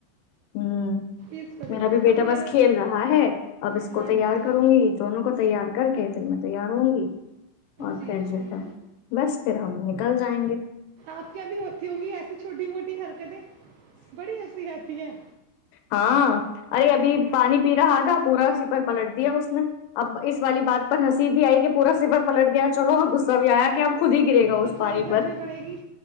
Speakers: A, on the left (about 80°); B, on the right (about 80°).
A: ہوں
B: اس وجہ
A: میرا
B: سے
A: بھی بیٹا
B: اب میرا
A: بس کھیل رہا ہے اب اس
B: ہاں
A: کو تیار
B: جی
A: کروں گی دونوں کو تیار کر کے پھر میں تیار ہوں گی اور
B: جی
A: پھر جو
B: جی
A: ہے بس پھر ہم نکل جائیں گے
B: آپ کیا بھی ہوتی ہوں گی ایسی چھوٹی موٹی حرکتیں بڑی ہسیسی آتی ہے
A: ہاں ارے ابھی پانی پی رہا کھادا پورا س پر پلٹ دیا اس نے اب اس والی بات پر ہنسی بھی آئی کہ پورا سفر پلٹ گیا چلو اور غصہ بھی آیا کہ آپ خود ہی گرے گا اس
B: صفائی
A: پانی
B: کرنی
A: پر
B: پڑے گی